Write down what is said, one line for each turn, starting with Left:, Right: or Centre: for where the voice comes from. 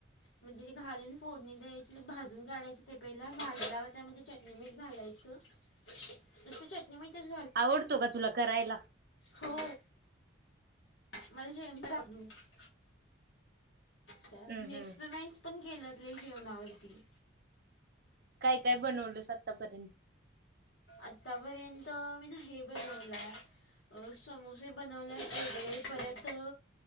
Left: म्हणजे तेे घालून फोडणी द्या भाजून काढायचं ते पहिला भाजल्याव त्यामध्ये चटणी, मीठ घालायचं. नुसतं चट नी मीतच
Right: आवडतो का तुला करायला?
Left: हो मला. <inaudible> त्या
Right: हम्म
Left: मी
Right: हम्म
Left: एक्सपेरिमेंट्स पण केल्यातले जेवणावरती.
Right: काय काय बनवलस आतापर्यंत?
Left: आतापर्यंत मी ना हे बनवलंय अ समोसे बनवल्यात वेगळे परत